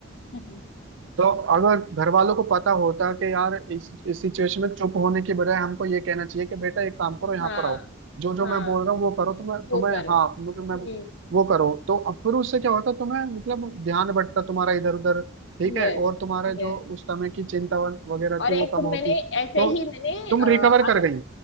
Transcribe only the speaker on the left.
<laughs>
हाँ
हाँ
वो
करो
हम्म
यस
यस
और
एक
मैंने ऐसे
ही मैंने
अ,
अगर